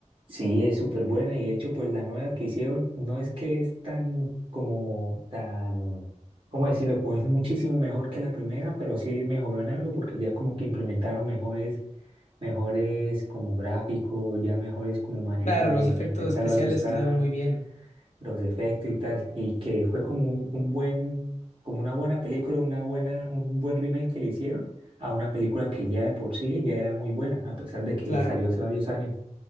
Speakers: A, on the right; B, on the left.
A: Sí, es súper buena. Y de hecho, pues la nueva que hicieron no es que es tan, como, tan, ¿cómo decirlo? Como es muchísimo mejor que la primera, pero sí mejoró en algo porque ya como que implementaron mejores. mejores como gráfico, ya mejores como maneras
B: Claro,
A: de
B: los efectos
A: intentarlo
B: especiales
A: asustar,
B: quedaron muy bien.
A: los efectos y tal, y que fue como un, un buen, como una buena película, una buena, un buen remake que le hicieron a una película que ya de por sí ya era muy buena, a pesar de que
B: Claro,
A: salió hace varios años.